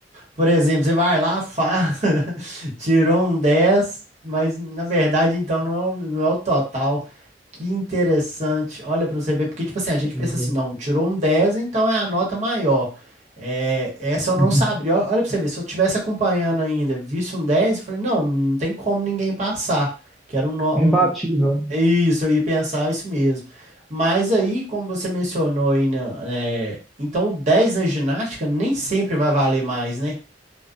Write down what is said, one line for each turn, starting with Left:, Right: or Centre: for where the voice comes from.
Right: por exemplo, você vai lá, faz, <laughs> tirou um 10, mas na verdade então não é, o- não é o total. Que interessante. Olha pra você ver, porque tipo assim, a gente
Centre: Pois
Right: pensa assim,
Centre: é.
Right: não, tirou um 10 então é a nota maior. É, essa
Centre: <laughs>
Right: eu não sabia. Olha pra você ver, se eu tivesse acompanhando ainda, visse um 10 eu falei, não, não tem como ninguém passar. Que era um, no-
Centre: Imbatível.
Right: um-
Centre: né?
Right: Isso, eu ia pensar isso mesmo. Mas aí, como você mencionou aí, né, é, então o dez na ginástica nem sempre vai valer mais, né?